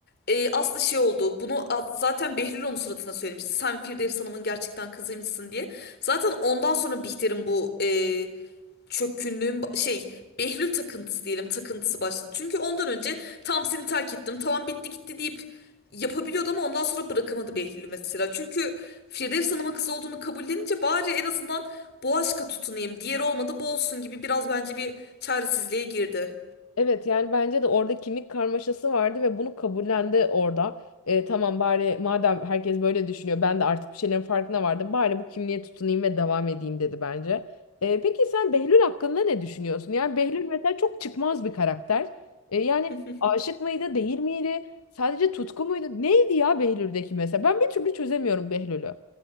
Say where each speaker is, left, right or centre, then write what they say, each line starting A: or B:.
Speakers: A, on the left; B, on the left.
A: e, aslı şey oldu. Bunu a- zaten Behlül onun suratına söylemişti. Sen Firdevs Hanım'ın gerçekten kızıymışsın diye. Zaten ondan sonra Bihter'in bu e, çökkünlüğün ba- şey Behlül takıntısı diyelim takıntısı başladı. Çünkü ondan önce tam seni terk ettim tamam bitti gitti deyip yapabiliyordu ama ondan sonra bırakamadı Behlül'ü mesela. Çünkü Firdevs Hanım'ın kızı olduğunu kabullenince bari en azından bu aşka tutunayım diğeri olmadı bu olsun gibi biraz bence bir çaresizliğe girdi.
B: Evet yani bence de orada kimlik karmaşası vardı ve bunu kabullendi orada. E, tamam bari madem herkes böyle düşünüyor ben de artık bir şeylerin farkına vardım. Bari bu kimliğe tutunayım ve devam edeyim dedi bence. E, peki sen Behlül hakkında ne düşünüyorsun? Yani Behlül mesela çok çıkmaz bir karakter. E, yani
A: <laughs>
B: aşık mıydı değil miydi? Sadece tutku muydu? Neydi ya Behlül'deki mesela? Ben bir türlü çözemiyorum Behlül'ü.